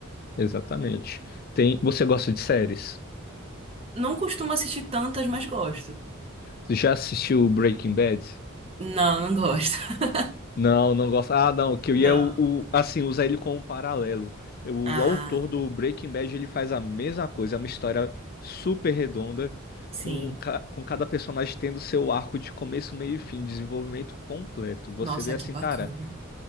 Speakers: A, on the left (about 45°); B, on the right (about 30°).
A: exatamente. Tem, você gosta de séries?
B: Não costumo assistir tantas, mas gosto.
A: Você já assistiu Breaking Bad?
B: Não, não gosto. <laughs>
A: Não, não gosto. Ah, não, que eu
B: Não.
A: ia o, o- assim, usar ele como um paralelo. Eu- O
B: Ah,
A: autor do Breaking Bad, ele faz a mesma coisa, é uma história super redonda,
B: sim.
A: com, ca- com cada personagem tendo seu arco de começo, meio e fim, desenvolvimento completo. Você
B: Nossa,
A: vê assim,
B: que bacana.
A: cara,